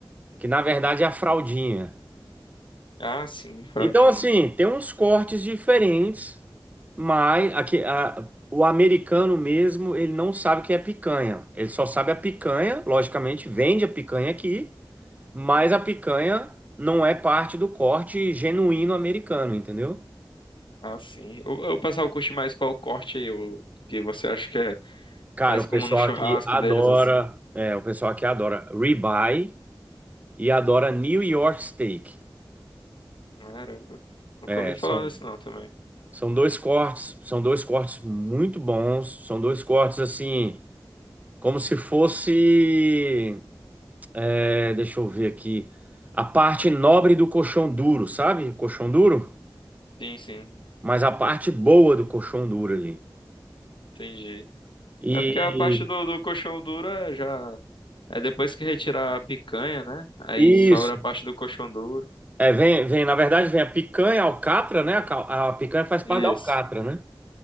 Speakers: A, on the right (about 15°); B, on the left (about 70°).
A: que na verdade é a fraldinha.
B: ah, sim, fraldinha.
A: Então, assim, tem uns cortes diferentes, mas aqui, a- o americano mesmo, ele não sabe o que é picanha. Ele só sabe a picanha, logicamente, vende a picanha aqui, mas a picanha não é parte do corte genuíno americano, entendeu?
B: Ah, sim. O, o pessoal curte mais qual corte aí, o que você acha que é
A: Cara,
B: mais
A: o
B: como
A: pessoal
B: no churrasco
A: aqui adora,
B: deles, assim?
A: é, o pessoal aqui adora ribeye e adora New York Steak.
B: Caramba, nunca
A: É,
B: ouvi falar
A: são,
B: nisso não também.
A: são dois cortes, são dois cortes muito bons, são dois cortes assim. Como se fosse, é, deixa eu ver aqui, a parte nobre do colchão duro, sabe? Colchão duro,
B: Sim, sim,
A: mas a parte boa do colchão duro ali.
B: entendi.
A: E
B: É porque a parte do, do coxão duro é já. É depois que retirar a picanha, né? Aí
A: isso,
B: sobra a parte do coxão duro.
A: é, vem, vem, na verdade, vem a picanha, a alcatra, né? A, cal- a picanha faz
B: Isso.
A: parte da alcatra, né?